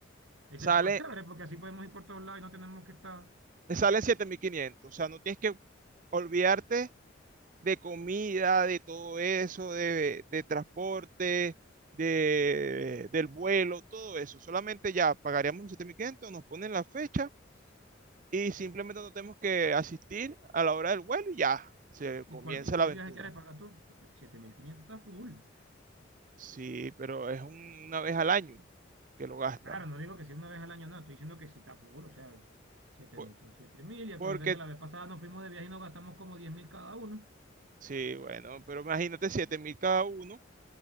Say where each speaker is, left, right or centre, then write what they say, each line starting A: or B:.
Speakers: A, on the right; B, on the right.
A: Ese
B: Sale,
A: está más chévere porque así podemos ir por todos lados y no tenemos que estar.
B: sale siete mil quinientos o sea, no tienes que olvidarte de comida, de todo eso, de, de transporte, de, del vuelo, todo eso. Solamente ya pagaríamos los siete mil quinientos nos ponen la fecha y simplemente no tenemos que asistir a la hora del vuelo y ya se
A: ¿Y
B: comienza
A: cuál, y cuál
B: la aventura.
A: viaje quieres pagar tú? Porque 7.500 está full.
B: Sí, pero es un- una vez al año que lo gasta.
A: Claro, no digo que sea una vez al año, no, estoy diciendo que sí está full, o sea, siete
B: Po-
A: mil son siete mil, y acuérdate
B: Porque,
A: que la vez pasada nos fuimos de viaje y nos gastamos como diez mil cada uno.
B: sí, bueno, pero imagínate, siete mil cada uno,